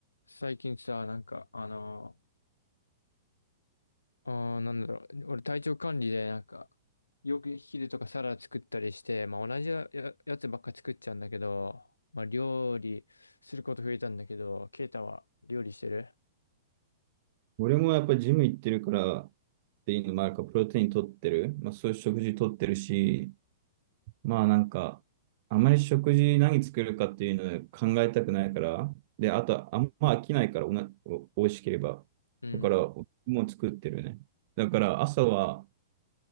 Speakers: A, on the left; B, on the right.
A: 最近さ、なんか、あのー、あーなんだろう、俺体調管理で、なんか、よく昼とかサラダ作ったりして、まあ同じや、ややつばっか作っちゃうんだけど、まあ料理すること増えたんだけど、ケイタは料理してる
B: 俺もやっぱりジム行ってるからっていうのもあるから、プロテイン取ってる。まあそういう食事取ってるし、まあなんか、あまり食事何作るかっていうのを考えたくないから、で、あとあんま飽きないからおな、お、美味しければ。
A: うん、
B: だから、もう作ってるね。だから朝は、